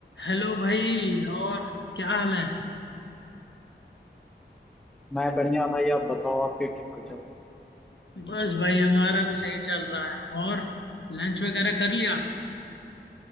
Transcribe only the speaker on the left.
हेलो भाई और क्या हाल है
बस भाई हमारा भी सही चल रहा है और लंच वगैरह कर लिया आपने